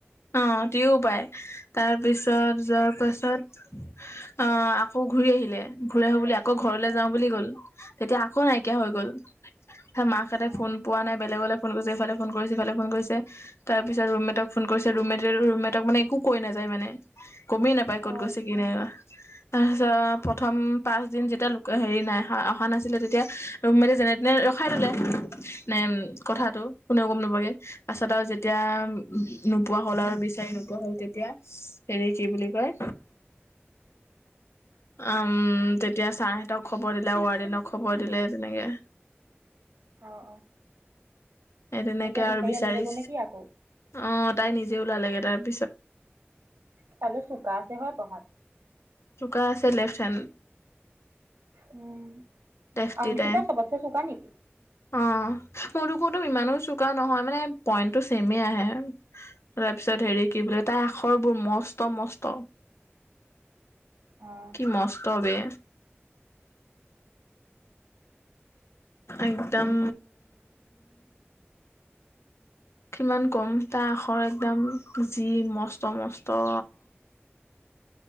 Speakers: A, on the left; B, on the right.
A: অ তিও পাই তাৰ পিছত যোৱাৰ পাছত । আ আকৌ ঘূৰি আহিলে ঘূৰি আহো বুলি ঘৰলে
B: অ অ
A: যাওঁ বুলি গ'ল তেতিয়া আকৌ নাইকিয়া হৈ গ'ল মাকহঁতে
B: অ
A: ফোন পোৱা নাই বেলেগলৈ ফোন কৰিছে ইফালে ফোন কৰিছে সিফালে ফোন কৰিছে। তাৰ পিছত ৰুম মেটক ফোন কৰিছে ৰুম মেট ৰুম মেটক মানে একো কৈ নাযায় মানে। গমেই নাপায় ক'ত
B: অ
A: গৈছে কি নাই তাৰ পাছত প্ৰথম পাঁচদিন যেতিয়া লোকে হেৰি নাইহোৱা ৰখা নাছিলে তেতিয়া ৰুমমেটে যেনে তেনে ৰখাই থলে, মানে কথাটো
B: অ
A: কোনেও গম নোপোৱাকে পাছত আৰু যেতিয়া নোপোৱা হল আৰু বিচাৰি নোপোৱা হল তেতিয়া হেৰি কি বুলি কয়? উম তেতিয়া ছাৰহতক খবৰ কৰি লাও <unintelligible> ন খবৰ <unintelligible> দিলে তেনেকে।
B: অ অ
A: তেনেকে
B: এতিয়া
A: আৰু বিচাৰি,
B: আনিলেগৈ নে কি আকৌ
A: অ তাই নিজেও ওলালেগে তাত
B: তাইয়ে চোকা আছে হয় পঢ়াত?
A: চোকা আছে লেফট হেণ্ড
B: উম
A: তেফটি
B: অংশিতা
A: তেম।
B: চবতছে চোকা নেকি
A: অ মোৰো মোৰটো ইমানো চোকা নহয় মানে পইণ্টো ছেমে আহে। তাৰ পিছত হেৰি কি বুলে তাইৰ আখৰ বোৰ মস্ত-মস্ত।
B: অ
A: কি মস্ত বে। একদম কিমান কম তাৰ আখৰ একদম যি মস্ত-মস্ত।